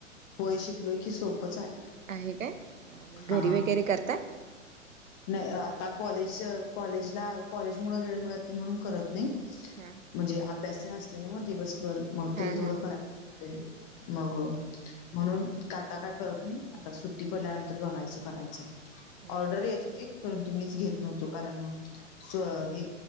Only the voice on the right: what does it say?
आहे काय मग
घरी वगैरे करताय.
हा
हा
हा
हम्म
हम्म